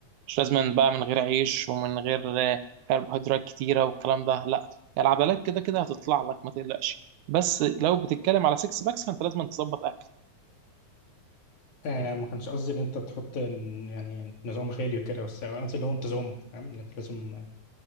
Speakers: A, on the right; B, on the left.
A: مش لازم بقى من غير عيش ومن غير آه، كربوهيدرات كتيره والكلام ده لا يعني العضلات كده كده هتطلع لك ما تقلقش بس لو بتتكلم على سكس باكس فانت لازم تظبط اكل
B: آه ما كانش قصدي ان انت تحط ن- يعني نظام غالي وكده بس قصدي اللي هو انتظام فاهم ان انت لازم